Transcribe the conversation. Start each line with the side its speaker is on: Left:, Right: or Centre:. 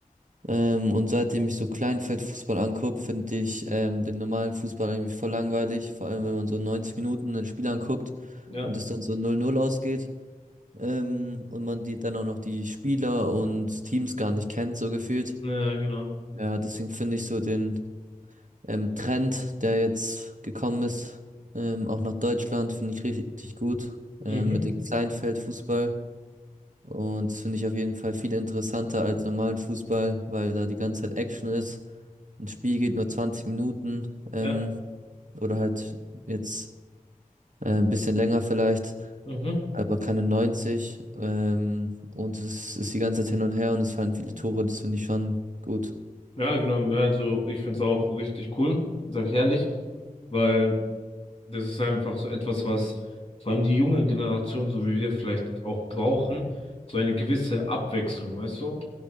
Right: Ähm, und seitdem ich so Kleinfeldfußball anguck, finde ich ähm, den normalen Fußball irgendwie voll langweilig. Vor allem, wenn man so 90 Minuten ein Spiel anguckt
Left: Ja,
Right: und es dann so 0-0 ausgeht. ähm, und man die dann auch noch die Spieler und Teams gar nicht kennt, so gefühlt.
Left: ja, genau.
Right: Ja, deswegen finde ich so den ähm, Trend, der jetzt gekommen ist, ähm, auch nach Deutschland, finde ich richtig gut,
Left: Mhm.
Right: ähm, mit dem Kleinfeldfußball. Und das finde ich auf jeden Fall viel interessanter als normalen Fußball, weil da die ganze Zeit Action ist. Ein Spiel geht nur 20 Minuten, ähm,
Left: Ja,
Right: oder halt jetzt äh, ein bisschen länger vielleicht.
Left: mhm.
Right: aber keine 90. Ähm, und es ist die ganze Zeit hin und her und es fallen viele Tore. Das finde ich schon gut.
Left: Ja, genau. Ja, also ich finde es auch richtig cool, sag ich ehrlich, weil. Das ist einfach so etwas, was vor allem die junge Generation, so wie wir vielleicht auch brauchen, so eine gewisse Abwechslung, weißt du?